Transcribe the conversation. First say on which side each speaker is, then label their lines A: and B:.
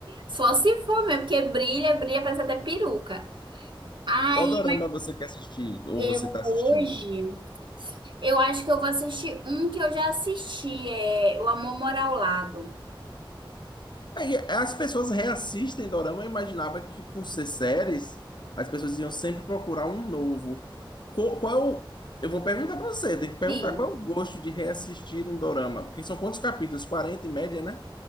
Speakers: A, on the right; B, on the left.
A: Só se for, meu, porque brilha, brilha, parece até peruca. Ai,
B: Qual dorama você quer assistir ou
A: eu
B: você está assistindo?
A: hoje, eu acho que eu vou assistir um que eu já assisti, é O Amor Mora ao Lado.
B: Aí, as pessoas reassistem dorama, eu imaginava que por ser séries, as pessoas iam sempre procurar um novo. Co- Qual, é o- eu vou perguntar para você, tem que perguntar
A: Sim.
B: qual é o gosto de reassistir um dorama? Porque são quantos capítulos? 40 em média, né?